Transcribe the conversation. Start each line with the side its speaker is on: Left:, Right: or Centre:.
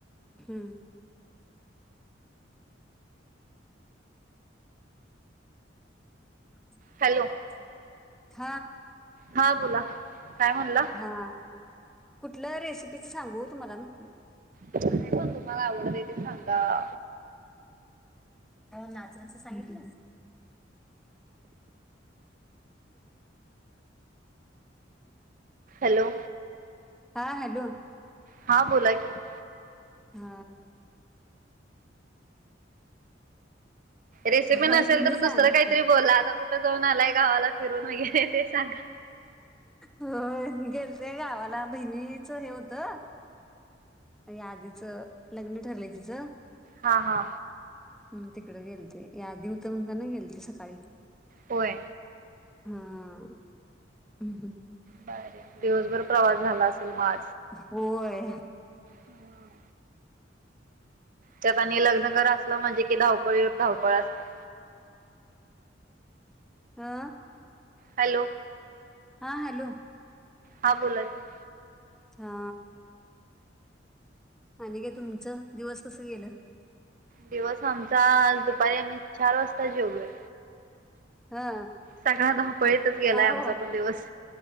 Centre: हम्म आम पनमाव
Right: हॅलो
Centre: ते पव ह
Right: हा बोला काय म्हणला
Centre: हा कुठलं रेसिपीच सांगू तुम्हाला म्हटल
Right: पण तुम्हाला आवडत येथे सांगा
Centre: नाच नाच सांगितलं <inaudible>
Right: हॅलो
Centre: हा हॅलो
Right: हा बोला की
Centre: हा
Right: रेसिपी नसेल
Centre: आता तुम्ही
Right: तर
Centre: सांगा
Right: दुसरं काहीतरी
Centre: की.
Right: बोलला आता कुठं जाऊन आलाय गावाला फिरून वगैरे ते सांगा
Centre: हो गेले े गावाला बहिणीच हे होतं या आधीचं लग्न ठरलंय तिचं
Right: हा हा
Centre: हम् तिकडे गेलते याधी उत म्हणताना गेलते सकाळी
Right: होय
Centre: हा ह् हम्
Right: बर दिवसभर प्रवास झाला असेल मा
Centre: होय
Right: हम त्यात आणि लग्न घर असलं म्हणजे कि धावपळी वर धावपळ असत्या
Centre: आा
Right: हॅलो
Centre: हा हॅलो
Right: हा बोला की
Centre: हा आणि काय तुमचं दिवस कसं केलं
Right: दिवस आमचा आज दुपारी आम्ही चार वाजता जेवलोय
Centre: हा
Right: सकाळ धावपळीतच गेलाय
Centre: का
Right: आमचा
Centre: हो
Right: पण दिवस